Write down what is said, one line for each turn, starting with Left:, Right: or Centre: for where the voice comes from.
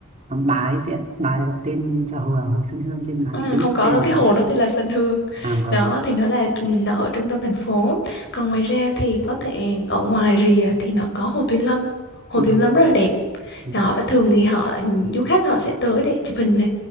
Right: bà ấy sẽ bà ấy đặt tên cho Hồ, Hồ Xuân Hương trên bà
Left: Ừ,
Right: tính
Left: không có
Right: tên
Left: đâu
Right: bà
Left: cái
Right: ấy
Left: hồ
Right: ạ.
Left: nó tên là Sơn Hương
Right: à vâng
Left: đó thì nó là nó ở trung tâm thành phố còn ngoài ra thì có thể ở ngoài rìa thì nó có hồ Tuyên Lâm hồ
Right: vâng
Left: Tuyên Lâm
Right: ạ.
Left: rất là đẹp
Right: Ừ,
Left: đó và thường thì họ du khách họ sẽ tới để chụp hình này